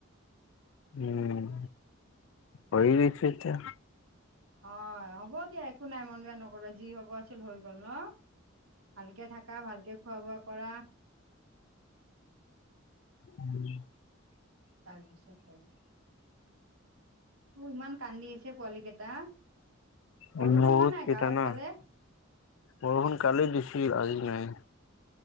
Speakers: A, on the left (about 70°); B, on the right (about 85°).
A: উম, ভৰি বিষটো এতিয়া
B: অ', হ'ব দিয়া, একো নাই মন বেয়া নকৰবা, যি হ'ব আছিল হৈ গ'ল ন? ভালকে থাকা, ভালকে খোৱা বোৱা কৰা।
A: উম।
B: তাৰপিছতে অ', ইমান কান্দি আছে পোৱালি কেইটা, বৰষুণ
A: উম বহুত
B: হোৱা নাই
A: কেইটা
B: গাঁৱৰ
A: না
B: ফালে?
A: বৰষুণ কালি দিছিল, আজি নাই।